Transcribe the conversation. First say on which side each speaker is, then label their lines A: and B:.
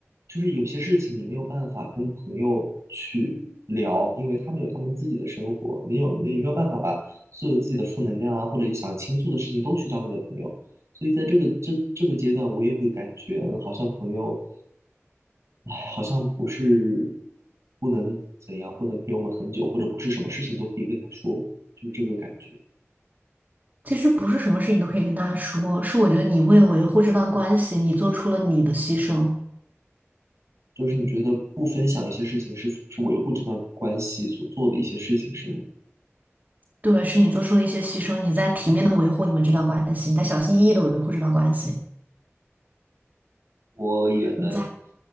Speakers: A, on the right (about 75°); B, on the right (about 35°).
A: 就是有些事情你没有办法跟朋友去聊，因为他们有他们自己的生活，没有没没有办法把所有自己的负能量啊，或者想倾诉的事情都去找你的朋友，所以在这个这这个阶段，我也会感觉，嗯，好像朋友，唉，好像不是不能怎样，不能陪我们很久，或者不是什么事情都可以跟他说，就是这个感觉。
B: 其实不是什么事你都可以跟大家说，是我觉得你为了维护这段关系，你做出了你的牺牲。
A: 就是你觉得不分享一些事情是是维护这段关系所做的一些事情，是吗？
B: 对，是你做出了一些牺牲，你在体面的维护你们这段关系，你在小心翼翼的维护这段关系，
A: 我也能
B: 你在，